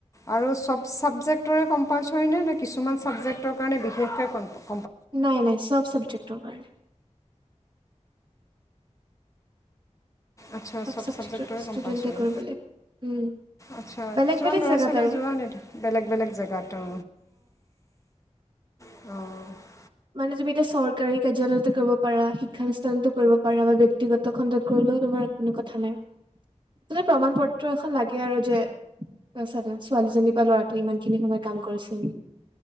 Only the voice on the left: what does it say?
আৰু চব ছাবজেক্টৰে কম্পালচৰি নে নে কিছুমান ছাবজেক্টৰ কাৰণে বিশেষকৈ কম্প
আচ্ছা চব
চাবজেক্টৰে
কম্পালচৰী।
আচ্ছা
কিছুমান
ল'ৰা-ছোৱালী
যোৱা নে বেলেগ-বেলেগ জেগাত অ
অঁ।